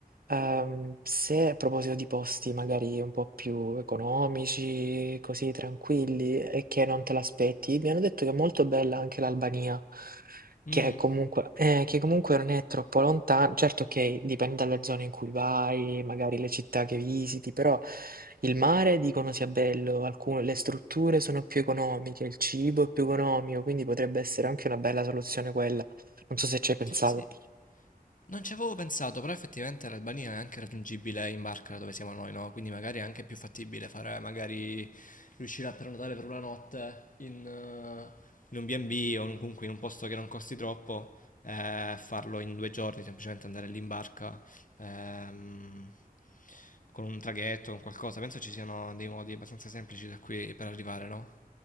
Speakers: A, on the right; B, on the left.
A: ehm, se a proposito di posti magari un po' più economici, così tranquilli e che non te l'aspetti, mi hanno detto che è molto bella anche l'Albania.
B: Mm,
A: Che comunque, eh, che comunque non è troppo lontano, certo che dipende dalle zone in cui vai, magari le città che visiti, però il mare dicono sia bello, alcune, le strutture sono più economiche, il cibo è più economico, quindi potrebbe essere anche una bella soluzione quella. Non so se ci hai pensato.
B: sì. Non ci avevo pensato, però effettivamente l'Albania è anche raggiungibile in barca da dove siamo noi, no? Quindi magari è anche più fattibile fare, magari riuscire a prenotare per una notte in, eh, in un B&B o in- comunque in un posto che non costi troppo, eh, farlo in due giorni, semplicemente andare lì in barca, ehm, con un traghetto, con qualcosa. Penso ci siano dei modi abbastanza semplici da qui per arrivare, no?